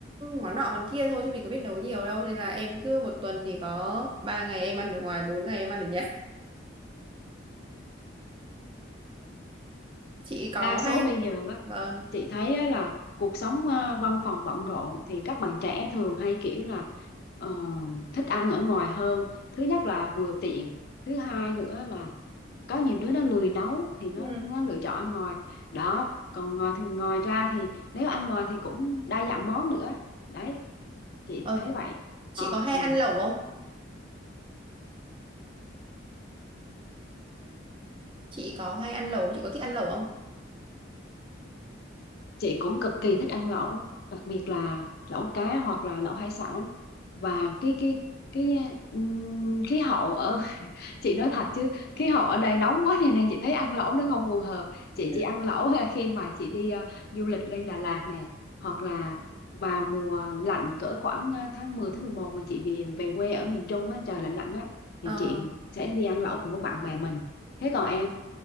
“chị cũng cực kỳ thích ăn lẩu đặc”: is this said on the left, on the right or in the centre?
Left